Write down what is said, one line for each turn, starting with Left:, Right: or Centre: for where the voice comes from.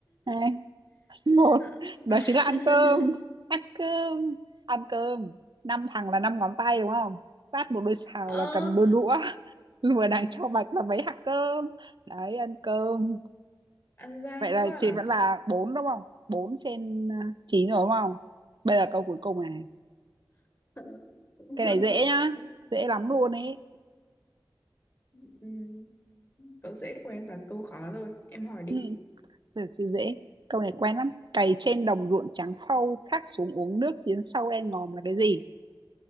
Right: hai một
Left: <laughs> ờ,
Right: đó
Left: <laughs>
Right: chính là ăn cơm ăn cơm ăn cơm năm thằng là năm ngón tay đúng không phát một đôi xào
Left: Ờ,
Right: là cầm đôi đũa <laughs> lùa đằng cho bạch là mấy hạt cơm đấy ăn cơm
Left: ăn gian
Right: vậy là
Left: quá
Right: chị
Left: à.
Right: vẫn
Left: cái
Right: là bốn đúng không bốn trên à, chín rồi đúng không bây giờ câu cuối cùng này
Left: <laughs>
Right: cái này dễ
Left: <laughs>
Right: nhá dễ lắm luôn ấy
Left: Ừm, Tớ dễ của em toàn câu khó thôi Em hỏi đi
Right: ừ, từ siêu dễ câu này quen lắm cày trên đồng ruộng trắng phau khát xuống uống nước giếng sâu đen ngòm là cái gì